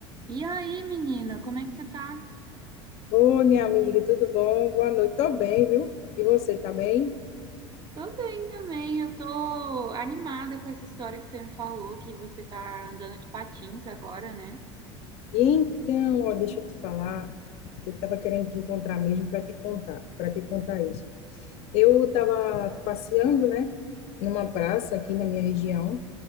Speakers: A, on the right (about 30°); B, on the left (about 40°).
A: E aí, menina, como é que você tá?
B: Oi, minha amiga, tudo bom? Boa noite. Tô bem, viu? E você, tá bem?
A: Tô bem também, eu tô animada com essa história que você me falou, que você tá andando de patins agora, né?
B: E então, ó, deixa eu te falar, eu tava querendo te encontrar mesmo para te contar, para te contar isso. Eu tava passeando, né, numa praça aqui na minha região,